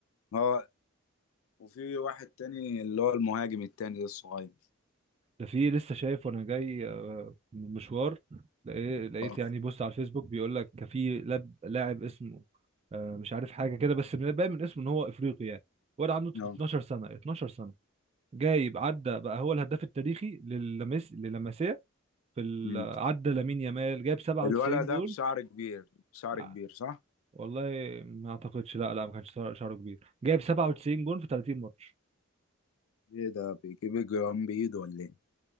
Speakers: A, on the left; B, on the right.
A: اه وفي واحد تاني اللي هو المهاجم التاني ده الصغير
B: ده في لسه شايف وانا جاي آه من مشوار لقيت لقيت
A: اه
B: يعني بوست على الفيسبوك بيقول لك كان في لاب- لاعب اسمه آه مش عارف حاجه كده بس من- باين من اسمه ان هو افريقي يعني ولا عنده
A: اه
B: 12 سنه 12 سنه جايب عدى بقى هو الهداف التاريخي للمس للمسيا في ال-
A: أمم.
B: عدى لامين يامال جايب 97
A: الولد
B: جول
A: ده بشعر كبير بشعر
B: ع-
A: كبير صح؟
B: والله ما اعتقدش لا لا ما كانش شعره شعره كبير جايب 97
A: ب-
B: جول في 30 ماتش
A: ايه ده بيجيب الجرام بايده ولا ايه؟